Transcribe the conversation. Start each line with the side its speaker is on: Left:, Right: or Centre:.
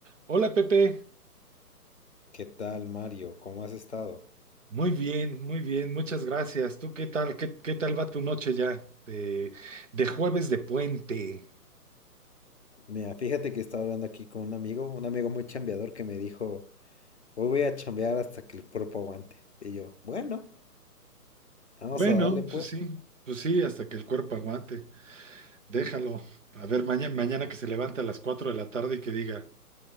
Right: Hola Pepe,
Left: ¿Qué tal, Mario? ¿Cómo has estado?
Right: muy bien, muy bien, muchas gracias. ¿Tú qué tal? ¿Qué, qué tal va tu noche ya de, de jueves de puente?
Left: Mira, fíjate que estaba hablando aquí con un amigo, un amigo muy chambeador que me dijo, hoy voy a chambear hasta que el cuerpo aguante. Y yo, bueno, vamos
Right: Bueno,
Left: a darle pues.
Right: pues sí, pues sí, hasta que el cuerpo aguante. Déjalo. A ver, mañana, mañana que se levante a las 4 de la tarde y que diga,